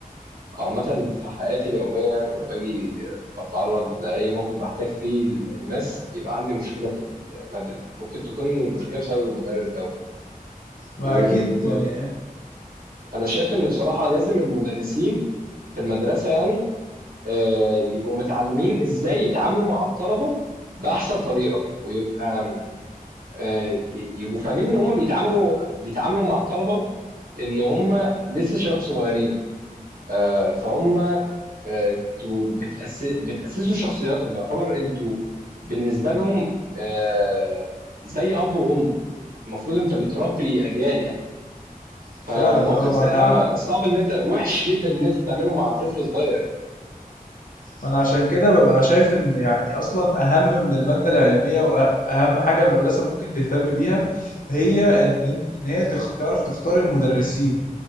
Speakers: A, on the right (about 75°); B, on the left (about 65°).
A: عامة في حياتي اليومية أنا لما باجي بتعرض لأي موقف بحتاج فيه الناس بيبقى عندي مشكلة في المادة دي ممكن تكون المشكلة بسبب المدرس ده وأنا
B: ما اكيد يعني
A: شايف إن بصراحة لازم المدرسين في المدرسة يعني آه، يبقوا متعلمين إزاي يتعاملوا مع الطلبة بأحسن طريقة ويبقى آه، ي- يبقوا فاهمين إن هما بيتعاملوا بيتعاملوا مع الطلبة إن هما لسه شباب صغيرين آه، فهم آه، انتوا بتأس... بتأسسوا شخصياتهم يعتبر انتوا بالنسبة لهم آه، زي أب وأم المفروض انت بتربي أجيال يعني فموقف
B: فعلا اه ما
A: زي
B: انا
A: ده
B: ع-
A: ما صعب ان انت وحش جدا ان انت تعمله مع طفل صغير يعني
B: ما انا عشان كده ببقى شايف ان يعني اصلا اهم من المادة العلمية واهم حاجة المدرسة ممكن تهتم بيها هي ان ان هي تخ- تعرف تختار المدرسين